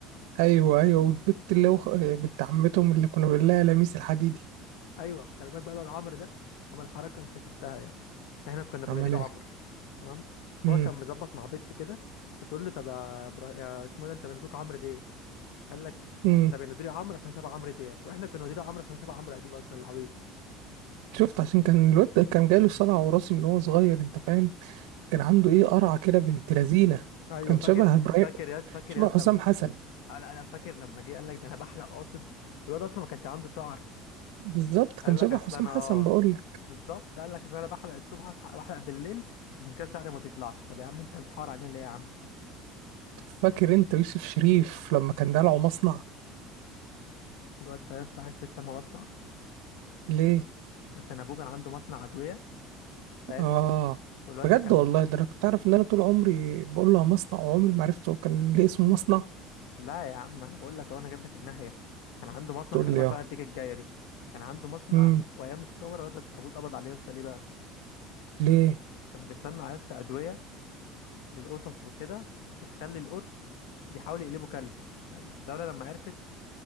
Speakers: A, on the right; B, on the left.
A: ايوه ايوه والبت اللي هو بنت عمتهم اللي كنا بنقول لها لميس الحديدي
B: ايوه فخلي بالك بقى الواد عمرو ده عمل حركة انا اكتشفتها يعني احنا كنا بناديله
A: عمل ايه
B: عمرو تمام فهو
A: امم
B: كان مظبط مع بنت كده فتقول له طب يا ابراهيم يا اسمه إيه ده انت بنادوك عمرو ليه قال لك
A: امم
B: ده بندري عمرو عشان شبه عمرو دياب واحنا كنا بندري عمرو عشان شبه عمرو اديب اصلا العبيط
A: شفت عشان كان الواد ده كان جاله صلع وراثي من وهو صغير انت فاهم فكان عنده ايه قرعه كده بنت لذينه
B: ايوه
A: كان
B: فاكر
A: شبه ابراهيم
B: فاكر ياد فاكر
A: شبه
B: ياد
A: حسام
B: لما
A: حسن
B: آه لا لا فاكر لما جه قال لك ده انا بحلق قاصد والواد اصلا ما كانش عنده شعر
A: بالظبط كان
B: قال
A: شبه
B: لك اصل
A: حسام
B: انا
A: حسن
B: اه
A: بقول لك
B: بالظبط قال لك اصل انا بحلق الصبح اصحى بحلق بالليل عشان كده شعري ما بيطلعش طب يا عم انت بتحور علينا ليه يا عم
A: فاكر انت يوسف شريف لما كان دلعه مصنع
B: الواد ده يا اسطى عارف ليه اتسمى مصنع
A: ليه
B: عشان ابوه كان عنده مصنع ادويه فاهم
A: اه
B: والواد
A: بجد
B: ده كان
A: والله ده انا كنت عارف ان انا طول عمري بقول لها مصنع وعمري ما عرفته هو كان ليه اسمه مصنع
B: لا يا عم انا بقول لك اهو انا جايب لك الناحيه كان عنده مصنع
A: تقول
B: خلي
A: لي
B: بالك بقى
A: اه
B: الديك الجايه دي كان عنده مصنع
A: امم
B: وايام الثوره الواد ده ابوه اتقبض عليه يا اسطى ليه بقى
A: ليه
B: كان بيصنع يا اسطى ادويه للقطط وكده بتخلي القط بيحاول يقلبه كلب فالدوله لما عرفت